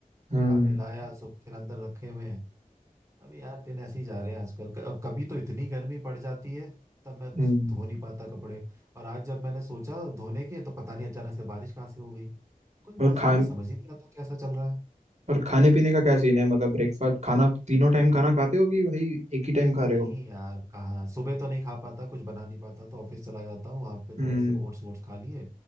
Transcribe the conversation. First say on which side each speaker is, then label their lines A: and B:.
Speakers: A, on the right; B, on the right.
A: हम्म
B: उठा के लाया सब फिर अंदर रखे हुए हैं अभी यार दिन ऐसे ही जा रहे हैं आजकल क- कभी तो इतनी गर्मी पड़ जाती है तब मैं
A: हम्म
B: धो नहीं पाता कपड़े और आज जब मैंने सोचा धोने के तो पता नहीं अचानक से बारिश कहाँ से हो गई कुछ
A: और
B: मौसम
A: खान
B: का समझ ही नहीं आता कैसा चल रहा है
A: और खाने पीने का क्या सीन है मतलब ब्रेकफास्ट खाना तीनों टाइम खाना खाते हो कि भाई एक ही टाइम खा रहे
B: नहीं
A: हो
B: यार कहाँ सुबह तो नहीं खा पाता कुछ बना नहीं पाता तो ऑफिस चला जाता हूँ वहां पे
A: हम्म
B: थोड़े से ओट्स वोट्स खा लिए